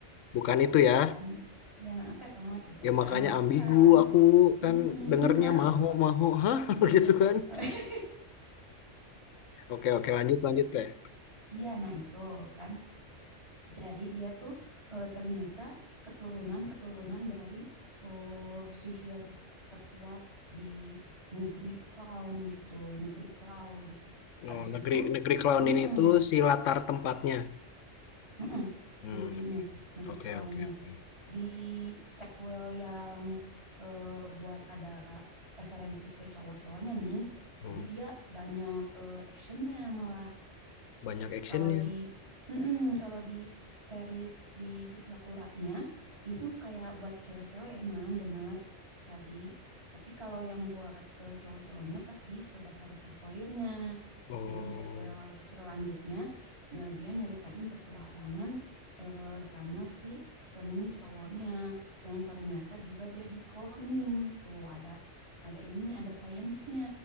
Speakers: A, on the left; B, on the right.
A: Bukan itu
B: bukan.
A: ya.
B: Ya tenor gitu
A: Ya
B: kan,
A: makanya
B: bukan.
A: ambigu aku
B: Mm-mm,
A: kan dengernya
B: Enggak,
A: maho
B: enggak.
A: maho, hah
B: Iya.
A: <laughs> gitu kan.
B: <laughs>
A: Oke, oke, lanjut lanjut teh.
B: Iya, nah itu kan Jadi dia tuh eh, ternyata keturunan-keturunan dari eh, sihir terkuat di negeri clown gitu, negeri clown gitu. Habis
A: Oh, negeri
B: gitu,
A: negeri clown
B: mm-mm,
A: ini tuh si latar tempatnya.
B: mm-mm,
A: Hmm,
B: negerinya, negeri
A: oke,
B: clownnya
A: oke, oke.
B: di sequel yang eh, buat ada referensi ke cowok-cowoknya nih.
A: Hmm,
B: Jadi dia banyak eh, actionnya malah
A: banyak actionnya.
B: Kalau di mm-mm, kalau di series di Sisi Sakuranya itu kayak buat cewek-cewek emang benar tadi. Tapi kalau yang buat ke cowok-cowoknya pas di Tsubasa Reservoir-nya.
A: Oh,
B: Jadi di sequel selanjutnya eh, dia nyeritain petualangan eh, sama si temen cowoknya yang ternyata juga dia di cloning. Tuh ada ada ininya, ada sainsnya.